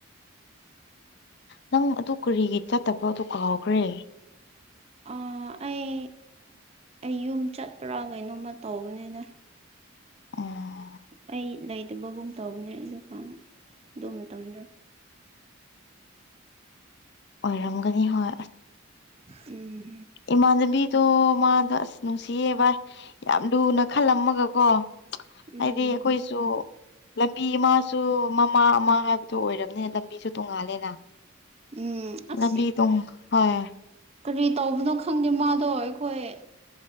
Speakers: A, on the left (about 55°); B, on the right (about 30°).
A: ꯅꯪ ꯑꯗꯨ ꯀꯔꯤꯒꯤ ꯆꯠꯇꯕꯣ ꯑꯗꯨ ꯀꯥꯎꯈ꯭ꯔꯦ
B: ꯑꯥ ꯑꯩ ꯑꯩ ꯌꯨꯝ ꯆꯠꯄ꯭ꯔꯥ ꯀꯩꯅꯣꯝꯃ ꯇꯧꯕꯅꯤꯅ
A: ꯎꯝ
B: ꯑꯩ ꯂꯩꯇꯕꯒꯨꯝ ꯇꯧꯕꯅꯦ ꯗꯨꯀꯥꯟ ꯑꯗꯨꯣ ꯃꯇꯝꯗ
A: ꯑꯣꯏꯔꯝꯒꯅꯤ ꯍꯣꯏ
B: ꯎꯝ
A: ꯏꯃꯥꯕꯤ ꯇꯣ ꯃꯥ ꯑꯁ ꯅꯨꯡꯁꯤꯌꯦ ꯚꯏ ꯌꯥꯝ ꯂꯨꯅ ꯈꯜꯂꯝꯃꯒ ꯀꯣ
B: ꯎꯝ
A: ꯍꯥꯏꯗꯤ ꯑꯩꯈꯣꯏꯁꯨ ꯂꯝꯕꯤ ꯑꯃꯁꯨ ꯃꯃꯥ ꯑꯃ ꯍꯥꯏꯕꯗꯨꯣ ꯑꯣꯏꯔꯕꯅꯤꯅ ꯂꯝꯕꯤꯁꯨ ꯇꯣꯡꯉꯥꯜꯂꯦꯅ
B: ꯎꯝ ꯑꯁ
A: ꯂꯝꯕꯤ ꯇꯨꯡ ꯍꯣꯏ
B: ꯀꯔꯤ ꯇꯧꯕꯅꯣ ꯈꯪꯗꯦ ꯃꯥꯗꯣ ꯑꯩꯈꯣꯏ